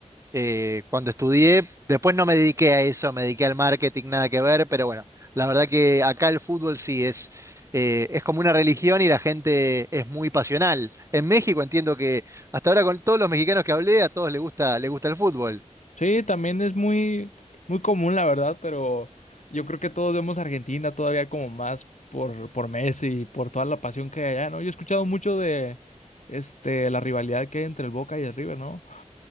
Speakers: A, on the right; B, on the left.
A: eh, cuando estudié. Después no me dediqué a eso, me dediqué al marketing, nada que ver, pero bueno, la verdad que acá el fútbol sí es, eh, es como una religión y la gente es muy pasional. En México entiendo que hasta ahora con todos los mexicanos que hablé, a todos les gusta, les gusta el fútbol.
B: Sí, también es muy muy común la verdad, pero yo creo que todos vemos a Argentina todavía como más por por Messi y por toda la pasión que hay allá, ¿no? Yo he escuchado mucho de este la rivalidad que hay entre el Boca y el River, ¿no?